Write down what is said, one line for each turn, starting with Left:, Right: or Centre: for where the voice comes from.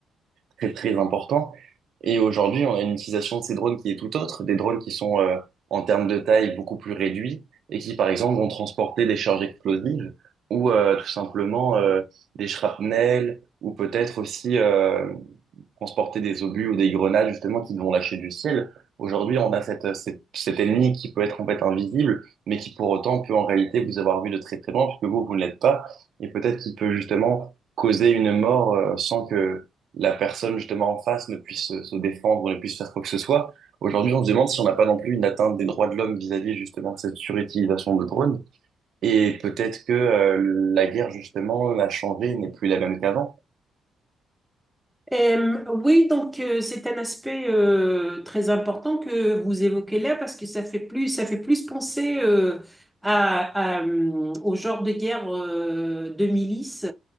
Right: très très important. Et aujourd'hui, on a une utilisation de ces drones qui est tout autre, des drones qui sont euh, en termes de taille beaucoup plus réduits et qui, par exemple, vont transporter des charges explosives ou euh, tout simplement euh, des shrapnels ou peut-être aussi euh, transporter des obus ou des grenades justement qui vont lâcher du ciel. Aujourd'hui, on a cette, cette- cet ennemi qui peut être en fait invisible, mais qui pour autant peut en réalité vous avoir vu de très très loin, puisque vous, vous ne l'êtes pas, et peut-être qu'il peut justement causer une mort euh, sans que la personne justement en face ne puisse se, se défendre, ne puisse faire quoi que ce soit. Aujourd'hui, on se demande si on n'a pas non plus une atteinte des droits de l'homme vis-à-vis justement de cette surutilisation de drones. Et peut-être que euh, la guerre justement a changé, n'est plus la même qu'avant.
Centre: Euh, oui, donc euh, c'est un aspect euh, très important que vous évoquez là parce que ça fait plus, ça fait plus penser euh, à, à, euh, au genre de guerre euh, de milice